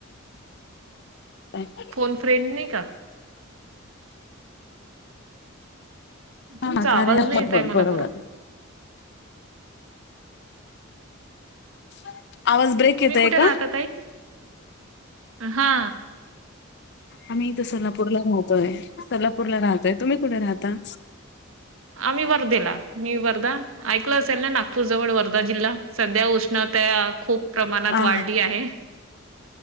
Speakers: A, on the left; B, on the right.
A: अच्छा
B: फोन फ्रेंड नाही क? तुमचा
A: हा कार्या
B: आवाज
A: अँप
B: नाही येत
A: बरोबर
B: आहे मला
A: बरोबर. <inaudible> आवाज ब्रेक
B: तुम्ही
A: येत आहे
B: कुठे राहता
A: का?
B: ताई हा
A: आम्ही इथं सोलापूरला राहतोय सोलापूरला राहतोय तुम्ही कुठे राहता?
B: आम्ही वर्धेला मी वर्धा ऐकलं असेल ना नागपूर जवळ वर्धा जिल्हा सध्या उष्णता खूप प्रमाणात
A: आ
B: वाढली आहे.